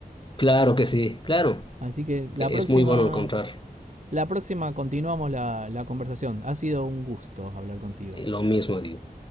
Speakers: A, on the left; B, on the right.
A: Claro que sí, claro,
B: Así que la
A: que
B: próxima,
A: es muy bueno encontrar
B: la próxima continuamos la, la conversación. Ha sido un gusto hablar contigo.
A: eh, lo mismo, digo.